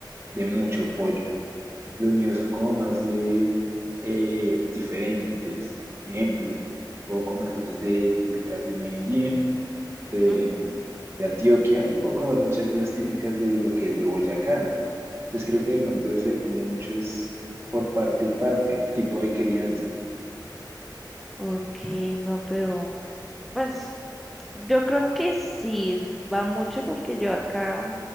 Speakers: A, on the right (about 35°); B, in the centre.
A: de mucho pollo. Los míos son como más de eh, diferentes. Por ejemplo, puedo comer cosas de típicas de Medellín, de,
B: Ujú.
A: de Antioquia, y puedo comer muchas cosas típicas de lo que es de Boyacá. Entonces creo que de pronto eso depende mucho, es por parte y parte, tipo de crianza.
B: Ok, no, pero pues yo creo que sí, va mucho porque yo acá